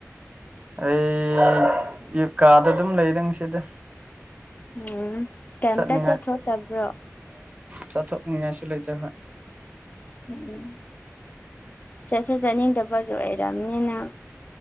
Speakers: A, on the right; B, on the left.
A: ꯑꯩ ꯀꯥꯗ ꯑꯗꯨꯝ ꯂꯩꯗ ꯉꯁꯤꯗꯤ
B: ꯎꯝ ꯀꯩꯝꯇ
A: ꯆꯠꯅꯤꯡꯉꯥꯏ
B: ꯆꯠꯊꯣꯛꯇꯕ꯭ꯔꯣ
A: ꯆꯠꯊꯣꯛꯅꯤꯡꯉꯥꯏꯁꯨ ꯂꯩꯇꯦ ꯍꯣꯏ
B: ꯎꯝ ꯆꯠꯁꯨ ꯆꯠꯅꯤꯡꯗꯕꯒꯤ ꯑꯣꯏꯔꯝꯅꯤ ꯅꯪ